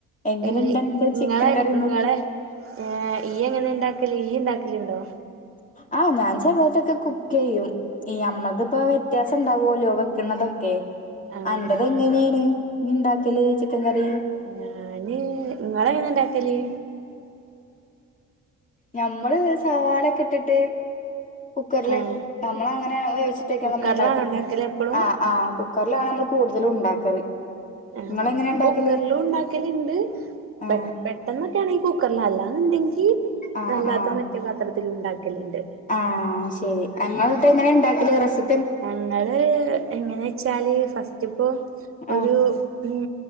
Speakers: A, on the left; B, on the right.
A: എങ്ങനെ
B: ഏഹ്
A: ഇണ്ട് അന്റെ ചിക്കൻ
B: ഇങ്ങളെ
A: കറിന്ന്
B: ഇങ്ങളെ ഏഹ് ഇയ്യ് എങ്ങനെ ഇണ്ടാക്കല് ഈ ഇണ്ടാക്കലുണ്ടോ?
A: ആഹ് ഞാൻ ചെറുതായിട്ടൊക്കെ കുക്ക് ചെയ്യും ഈ നമ്മളത് ഇപ്പോ വ്യത്യാസം ഉണ്ടാവല്ലോ വെക്കുന്നതൊക്കെ
B: ആഹ്
A: അന്റെത് എങ്ങനെയാണ് നീ ഇണ്ടാക്കല് ചിക്കൻ കറി
B: ഞാന് ഇങ്ങളെങ്ങനെ ഇണ്ടാക്കല്
A: ഞമ്മള് സവാളൊക്കെ ഇട്ടിട്ട് കുക്കറില്
B: ആഹ്
A: നമ്മള അങ്ങനെ വേവിച്ചിട്ടൊക്കെ
B: കുക്കറിലാണോ
A: നമ്മൾ ഉണ്ടാക്കല്
B: ഇണ്ടാക്കല് എപ്പളും
A: ആഹ് ആഹ് കുക്കറിലാണ് നമ്മള് കൂടുതലും ഉണ്ടാക്കാറ്
B: ആഹ്
A: നിങ്ങളെങ്ങനെ ഉണ്ടാക്കല്
B: കുക്കറിലും ഉണ്ടാക്കലുണ്ട്
A: ആഹ്
B: പ പെട്ടെന്നൊക്കെയാണെങ്കിൽ കുക്കറിൽ അല്ലാന്നുണ്ടെങ്കിൽ
A: ആഹ്
B: അല്ലാത്ത
A: ആഹ്
B: മറ്റ പാത്രത്തിലും ഉണ്ടാക്കലുണ്ട്
A: ആഹ് ശെരി ങ്ങൾ എന്നിട്ട് എങ്ങനെണ്ടാക്കല് റെസി
B: ഞങ്ങള് എങ്ങനെച്ചാല് ഫസ്റ്റ്പ്പോ
A: ആഹ്
B: ഒരു ഉം